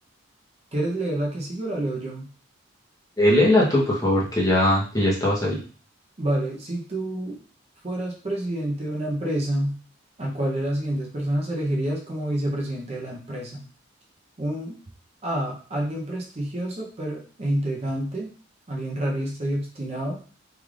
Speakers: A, on the right (about 30°); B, on the left (about 15°).
A: ¿Quieres leer la que sigue o la leo yo?
B: Eh, léela tú, por favor, que ya, que ya estabas ahí.
A: Vale, si tú fueras presidente de una empresa, ¿a cuál de las siguientes personas elegirías como vicepresidente de la empresa? Un A, alguien prestigioso pero, e intrigante, alguien realista y obstinado,